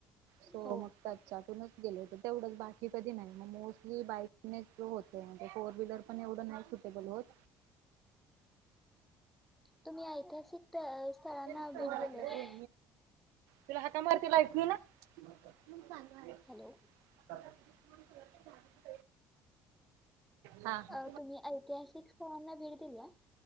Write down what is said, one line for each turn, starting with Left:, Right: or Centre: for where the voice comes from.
Right: सो
Centre: हो
Right: मग त्याच्च्यातूनच गेले होते तेवढंच बाकी कधी नाही मोस्टली बाईकने जो होते म्हे फोर व्हीलर पण एवढं नाही सुटेबल होत
Centre: तुम्ही ऐतिहासिक स्थळांना
Right: हो
Centre: भेट दिल्या का
Right: तुला हका मारती ला क ना <unintelligible>
Centre: हॅलो
Right: हा हा
Centre: अ तुम्ही ऐतिहासिक स्थळांना भेट दिली